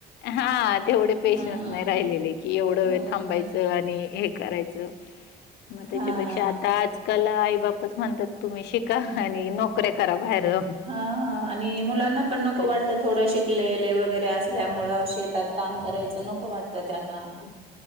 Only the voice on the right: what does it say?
हां,
हो
ना.
हां.
ह हा आणि मुलांना पण नको
वाटतं थोडं शिकलेले वगैरे असल्यामुळं शेतात काम करायचं नको नको वाटतं त्यांना.